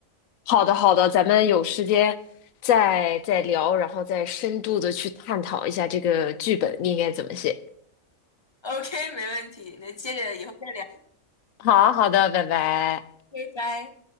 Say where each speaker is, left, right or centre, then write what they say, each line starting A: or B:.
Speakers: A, on the left (about 75°); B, on the left (about 30°).
A: 好的好的，咱们有时间再再聊，然后再深度的去探讨一下这个剧本应该怎么写。
B: OK，没问题，那接着以后再聊，
A: 好好的，拜拜。
B: 拜拜。